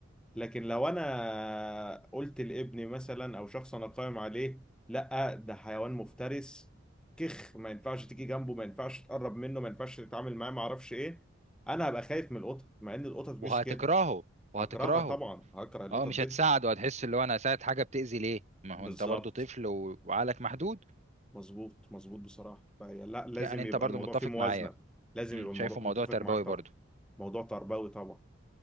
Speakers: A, in the centre; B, on the right.
A: لكن لو انا قلت لابني مثلا او شخص انا قائم عليه لا ده حيوان مفترس كخ ما ينفعش تيجي جنبه ما ينفعش تقرب منه ما ينفعش تتعامل معاه ما اعرفش ايه انا هبقى خايف من القطط مع ان القطط مش
B: وهتكرهه
A: كده
B: وهتكرهه
A: هكرهها طبعا هكره القطط
B: اه مش
A: جدا
B: هتساعده هتحس اللي هو انا هساعد حاجة بتأذي ليه ما
A: بالظبط
B: هو انت برضو طفل و- وعقلك محدود
A: مظبوط مظبوط بصراحة فهي لا لازم
B: يعني انت
A: يبقى
B: برضو
A: الموضوع
B: متفق
A: فيه موازنة
B: معايا
A: لازم
B: أمم،
A: يبقى الموضوع
B: شايفه
A: متفق
B: موضوع تربوي
A: معاك
B: برضو
A: طبعا موضوع تربوي طبعا